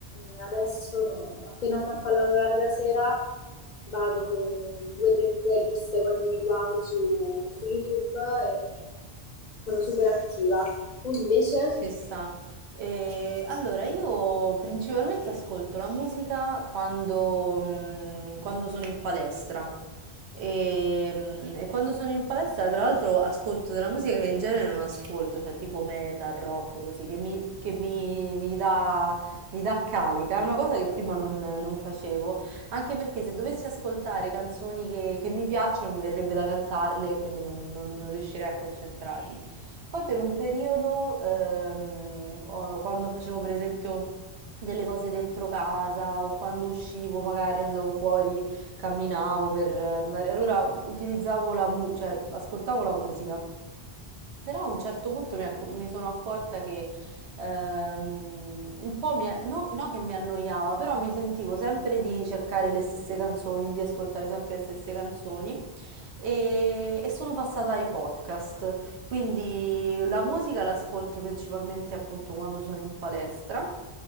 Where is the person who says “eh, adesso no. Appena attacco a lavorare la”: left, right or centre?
Left